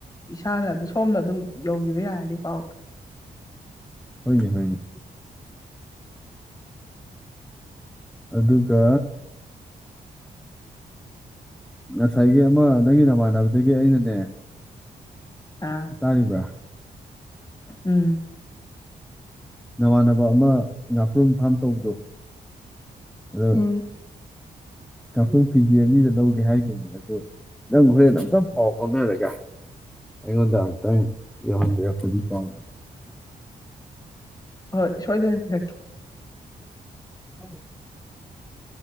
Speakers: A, on the left; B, in the centre.
A: ꯏꯁꯥꯅ ꯑꯗꯨ ꯁꯣꯝꯅ ꯑꯗꯨꯝ ꯌꯧꯈꯤꯕ ꯌꯥꯔꯅꯤ ꯄꯥꯎ
B: ꯍꯣꯏꯅꯦ ꯍꯣꯏꯅꯦ ꯑꯗꯨꯒ ꯉꯁꯥꯏꯒꯤ ꯑꯃ ꯅꯪꯒꯤ ꯅꯃꯥꯟꯅꯕꯗꯒꯤ ꯑꯩꯅꯅꯦ
A: ꯑꯥ
B: ꯇꯥꯔꯤꯕ꯭ꯔꯥ
A: ꯎꯝ
B: ꯅꯃꯥꯟꯅꯕ ꯑꯃ ꯉꯥꯄ꯭ꯔꯨꯝ ꯐꯥꯝ ꯇꯧꯕꯗꯣ ꯑꯗꯣ
A: ꯎꯝ
B: ꯉꯥꯄ꯭ꯔꯨꯝ ꯀꯦꯖꯤ ꯑꯅꯤꯗ ꯂꯧꯒꯦ ꯍꯥꯏꯈꯤꯕꯅꯤ ꯑꯗꯨ ꯅꯪ ꯍꯣꯔꯦꯟ ꯑꯝꯇꯪ ꯄꯥꯎ ꯐꯥꯎꯅꯔꯒ ꯑꯩꯉꯣꯟꯗ ꯑꯃꯨꯛꯇꯪ ꯌꯧꯍꯟꯕꯤꯔꯛꯄꯗꯤ ꯄꯥꯎꯗꯣ
A: ꯍꯣꯏ ꯁ‌ꯣꯏꯗꯅꯄꯤꯔꯛꯀ‌ꯦ
B: ꯎ